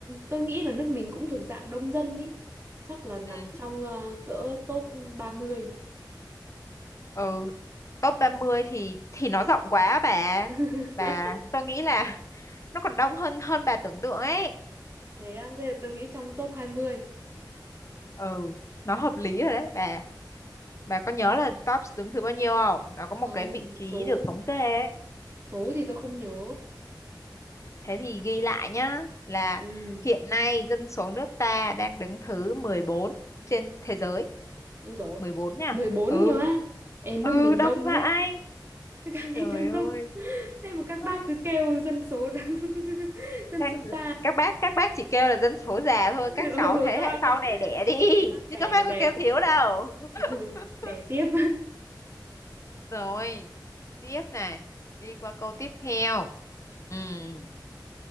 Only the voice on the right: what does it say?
tôi nghĩ là nước mình cũng thuộc dạng đông dân ý chắc là nằm
trong ờ, cỡ top ba mươi.
<laughs>
thế á thế là tôi nghĩ trong top hai mươi
không
số
số thì tôi không nhớ
ừ
đúng rồi
mười bốn
cơ á Ê, nước
mình
đông
thế <laughs> càng ngày
càng
đông thế mà các
bác cứ kêu dân số <laughs> dân
số ta
ừ,
các
bác
các bác
đẻ
đẻ
ừ, đẻ
tiếp